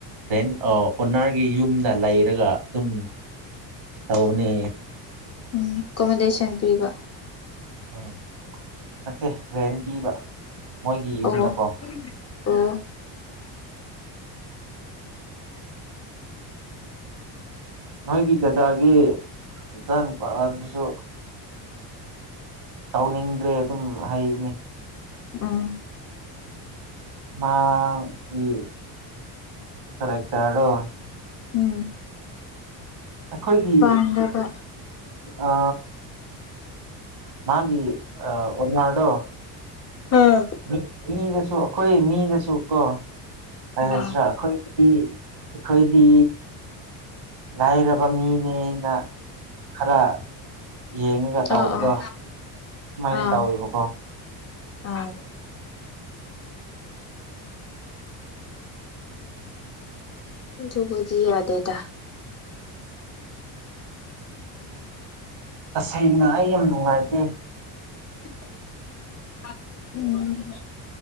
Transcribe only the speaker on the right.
ꯍꯦꯟ ꯑꯣ ꯑꯣꯅꯔꯒꯤ ꯌꯨꯝꯗ ꯂꯩꯔꯒ ꯑꯗꯨꯝ ꯇꯧꯅꯦ꯫
ꯎꯝ ꯅꯠꯇꯦ ꯔꯦꯟ ꯄꯤꯕ꯫ ꯃꯣꯏꯒꯤ ꯌꯨꯝꯗꯀꯣ
ꯅꯣꯏꯒꯤ ꯗꯗꯥꯒꯤ ꯃꯆꯥꯥ ꯅꯨꯨꯄꯥ ꯗꯨꯁꯨ ꯇꯧꯅꯤꯡꯗ꯭ꯔꯦ ꯑꯗꯨꯝ ꯍꯥꯏꯅꯤ꯫
ꯃꯥ ꯒꯤ ꯐꯔꯛꯇꯔꯣ꯫
ꯑꯩꯈꯣꯏꯒꯤ꯫
ꯑ ꯃꯥꯒꯤ ꯑ ꯑꯣꯔꯅꯗꯣ
ꯃꯤ ꯃꯤꯗꯁꯨ ꯑꯩꯈꯣꯏ ꯃꯤꯗꯁꯨꯀꯣ ꯀꯩ
ꯍꯥꯏꯁꯤꯔꯥ
ꯑꯩꯈꯣꯏ ꯑꯩꯈꯣꯏꯗꯤ ꯂꯥꯏꯔꯕ ꯃꯤꯅꯦꯅ ꯈꯔ ꯌꯦꯡꯉꯒ ꯇꯧꯕꯗꯣ
ꯁꯃꯥꯏꯅ
ꯇꯧꯋꯦꯕꯀꯣ꯫
ꯇꯁꯦꯡꯅ ꯑꯩ ꯌꯥꯝ ꯅꯨꯡꯉꯥꯏꯇꯦ